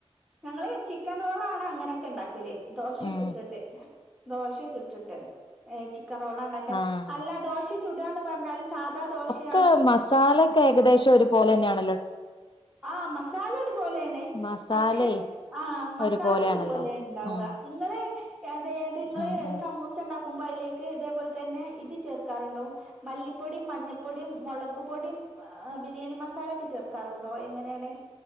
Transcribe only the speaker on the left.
ഉം
ആഹ്
ക്ക് മസാലെക്കെ ഏകദേശം ഒരുപോലെന്നെയാണല്ലോ
മസാലയേ
ഒരുപോലെയാണല്ലോ
ഉം
ഉം ഉം